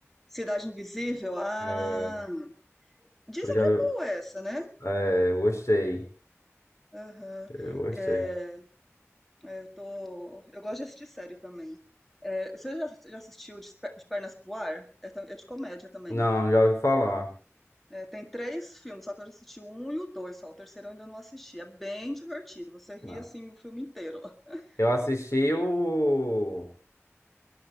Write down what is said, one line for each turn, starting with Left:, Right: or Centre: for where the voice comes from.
Centre: Cidade Invisível? Ah.
Left: É,
Centre: Dizem
Left: Tu já.
Centre: que é boa essa, né?
Left: É, eu gostei.
Centre: Aham.
Left: Eu gostei.
Centre: É, Eu tô. Eu gosto de assistir série também. É, você já, já assistiu De Pe- De Pernas pro Ar? É, tam- é de comédia também.
Left: Não, já ouvi falar.
Centre: É, tem três filmes, só que eu já assisti o um e o dois só. O terceiro eu ainda não assisti. É bem divertido. Você ri
Left: Não.
Centre: assim o filme inteiro. <laughs>
Left: Eu assisti o...